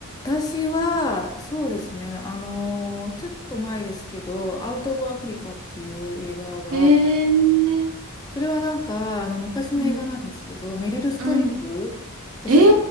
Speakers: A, on the left (about 15°); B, on the right (about 65°).
A: 私は、そうですね、あのーちょっと前ですけど、アウト・オブ・アフリカっていう映画が、
B: えー、
A: それはなんか、あの、昔の映画なんですけど、
B: うん、
A: メリル・ストリップ、
B: うん、
A: 私
B: えー、